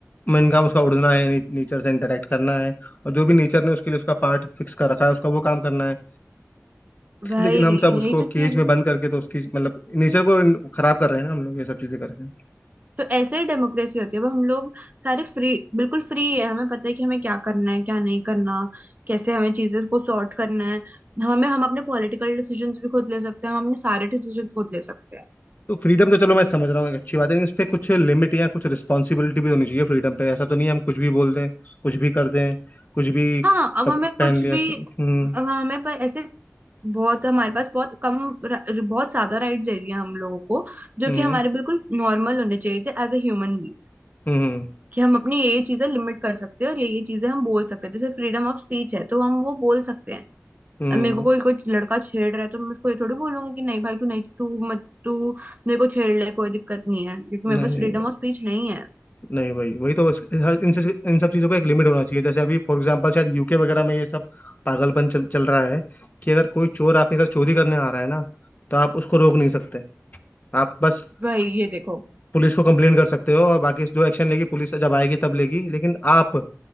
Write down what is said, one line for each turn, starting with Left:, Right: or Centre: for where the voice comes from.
Left: मेन काम उसका उड़ना है ने, नेचर से इंटरेक्ट करना है और जो भी नेचर ने उसके लिए उसका पार्ट फिक्स कर रखा है उसका वो काम करना है
Right: भाई
Left: लेकिन हम सब
Right: यही
Left: उसको
Right: तो चीज
Left: केज
Right: होती
Left: में बंद
Right: है
Left: करके तो उसकी मतलब नेचर को इन- खराब कर रहे हैं ना हम लोग ये सब चीजें करके
Right: तो ऐसे ही डेमोक्रेसी होती है वो हम लोग सारे फ्री बिल्कुल फ्री है हमें पता है कि हमें क्या करना है क्या नहीं करना कैसे हमें चीजें को सॉर्ट करना है हमें हम अपने पॉलिटिकल डिसीजंस भी खुद ले सकते हैं हम अपने सारे डिसीजंस खुद ले सकते हैं
Left: तो फ्रीडम तो चलो मैं समझ रहा हूँ एक अच्छी बात है लेकिन इस पे कुछ लिमिट या कुछ रिस्पॉन्सिबिलिटी भी होनी चाहिए फ्रीडम पे ऐसा तो नहीं है हम कुछ भी बोल दें कुछ भी कर दें कुछ भी कप-
Right: हाँ अब हमें
Left: पहन
Right: कुछ
Left: लिया
Right: भी
Left: ऐसे। हम्म
Right: अब हमें पर ऐसे बहुत हमारे पास बहुत कम र- बहुत ज्यादा राइट्स दे दिए हम लोगों को जो
Left: हम्म
Right: कि हमारे बिल्कुल नॉर्मल होने चाहिए थे एज ए ह्यूमन बींग
Left: हम्म
Right: कि हम अपनी ये ये चीजें लिमिट कर सकते हैं और ये ये चीजें हम बोल सकते हैं जैसे फ्रीडम ऑफ स्पीच है तो हम वो बोल सकते हैं
Left: हम्म
Right: अब मेरे को कोई कोई लड़का छेड़ रहा है तो मैं उसको ये थोड़ी बोलूंगी कि नहीं भाई तू नहीं तू मत तू मेरे को छेड़ ले कोई दिक्कत नहीं है क्योंकि
Left: नहीं
Right: मेरे पास
Left: नहीं
Right: फ्रीडम ऑफ स्पीच नहीं है
Left: नहीं वही वही तो बस हर इन से इन सब चीज़ों का एक लिमिट होना चाहिए जैसे अभी फॉर एग्जांपल शायद यूके वगैरह में ये सब पागलपन चल चल रहा है कि अगर कोई चोर आपके घर चोरी करने आ रहा है ना तो आप उसको रोक नहीं सकते आप बस
Right: भाई ये देखो
Left: पुलिस को कंप्लेन कर सकते हो और बाकी जो एक्शन लेगी पुलिस जब आएगी तब लेगी लेकिन आप